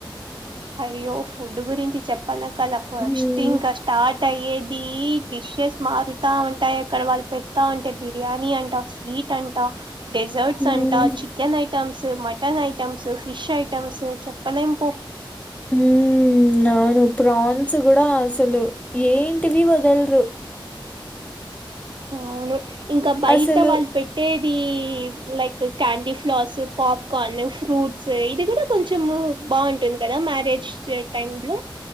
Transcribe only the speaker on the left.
హ్మ్.
హ్మ్.
హ్మ్మ్ అవును ప్రాన్స్ కూడా అసలు ఏంటివి వదల్రు
అసలు